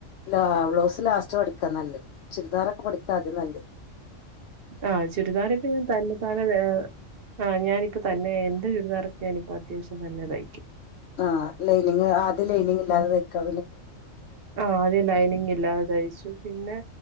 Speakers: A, on the left; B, on the right.
A: ലല്ല ബ്ലൗസ് ലാസ്റ്റ് പടിക്കാ നല്ല ചുരിദാറൊക്കെ പടിക്കാ ആദ്യം നല്ല
B: ആ ചുരിദാറ ഇപ്പ ഞാൻ തന്നെതാനെ ആഹ് ഞാനിപ്പ തന്നെ എന്റെ ഇതറക്കാന ഇപ്പോ അത്യാവശ്യം തന്നെതായിക്കും
A: ആ ലൈനിങ് ആദ്യം ലൈനിങ് ഇല്ലാതെ തയ്ക്കാ
B: ആ ആദ്യ ലൈനിങ് ഇല്ലാതെ തയ്ച്ചു പിന്നെ